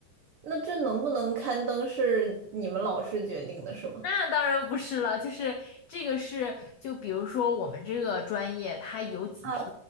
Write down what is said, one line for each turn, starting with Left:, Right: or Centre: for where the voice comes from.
Right: 那这能不能刊登是你们老师决定的，是吗？
Left: 那当然不是了，就是这个是，就比如说我们这个专业，它有几篇
Right: 啊，